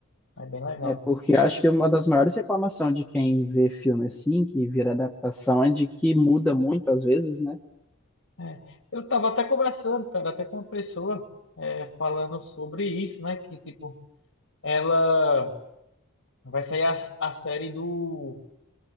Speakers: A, on the left (about 65°); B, in the centre.
A: É bem legal.
B: É, porque acho que uma das maiores reclamações de quem vê filme assim, que vira adaptação, é de que muda muito às vezes, né?
A: É, eu tava até conversando, cara, até com uma pessoa é, falando sobre isso, né? Que, tipo, ela vai sair a, a série do...